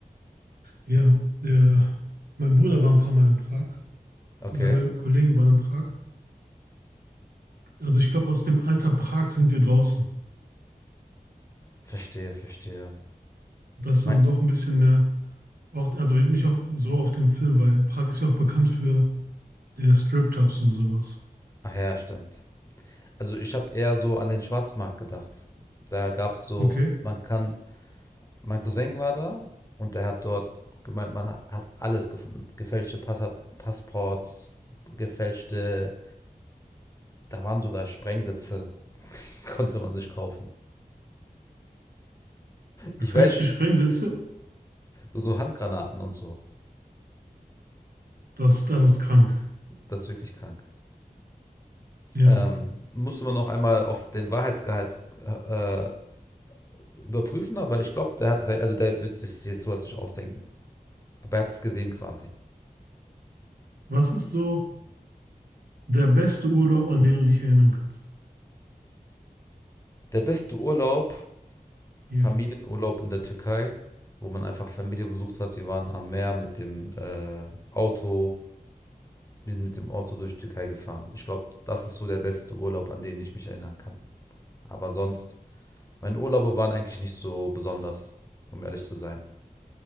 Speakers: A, on the right (about 80°); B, on the left (about 20°).
A: Ja, der, mein Bruder war ein paar Mal in Prag.
B: Okay,
A: Seine Kollegen waren in Prag. Also ich glaube, aus dem Alter Prag sind wir draußen.
B: verstehe, verstehe.
A: Das ist
B: Mein,
A: dann doch ein bisschen mehr. Auch, also wir sind nicht auf, so auf dem Film, weil Prag ist ja auch bekannt für äh, Stripclubs und sowas.
B: ach ja, stimmt. Also ich habe eher so an den Schwarzmarkt gedacht. Da gab es so,
A: Okay.
B: man kann Mein Cousin war da und der hat dort gemeint, man hat, hat alles gefunden. Gefälschte Passa Passports, gefälschte, da waren sogar Sprengsätze, <laughs> konnte man sich kaufen.
A: Gefälschte
B: Ich weiß nicht,
A: Springsitze,
B: so Handgranaten und so.
A: das, das ist krank.
B: Das ist wirklich krank.
A: Ja.
B: Ähm, musste man noch einmal auf den Wahrheitsgehalt äh, überprüfen, aber ich glaube, der hat recht, also der wird sich jetzt sowas nicht ausdenken. Aber er hat es gesehen quasi.
A: Was ist so der beste Urlaub, an den du dich erinnern kannst?
B: Der beste Urlaub
A: Ja.
B: Familienurlaub in der Türkei, wo man einfach Familie besucht hat. Wir waren am Meer mit dem äh, Auto, wir sind mit dem Auto durch die Türkei gefahren. Ich glaube, das ist so der beste Urlaub, an den ich mich erinnern kann. Aber sonst, meine Urlaube waren eigentlich nicht so besonders, um ehrlich zu sein.